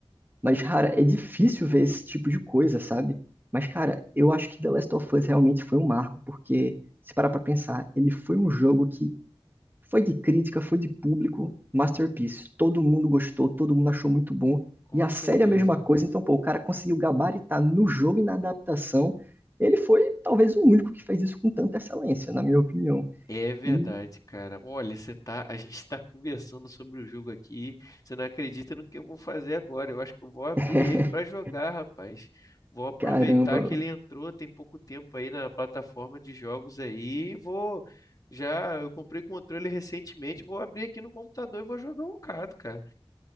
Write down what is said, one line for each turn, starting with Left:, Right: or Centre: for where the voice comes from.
Right: Mas, cara, é difícil ver esse tipo de coisa, sabe? Mas, cara, eu acho que The Last of Us realmente foi um marco, porque, se parar pra pensar, ele foi um jogo que foi de crítica, foi de público, masterpiece. Todo mundo gostou, todo mundo achou muito bom.
Left: com
Right: E a
Left: certeza.
Right: série é a mesma coisa, então, pô, o cara conseguiu gabaritar no jogo e na adaptação. Ele foi, talvez, o único que fez isso com tanta excelência, na minha opinião.
Left: É verdade,
Right: E,
Left: cara. Olha, você tá, a gente está <laughs> conversando sobre o jogo aqui. Você não acredita no que eu vou fazer agora. Eu acho que eu vou abrir
Right: <laughs>
Left: ele para jogar, rapaz. Vou aproveitar
Right: caramba,
Left: que ele entrou tem pouco tempo aí na plataforma de jogos aí. e Vou já, eu comprei o controle recentemente. Vou abrir aqui no computador e vou jogar um bocado, cara.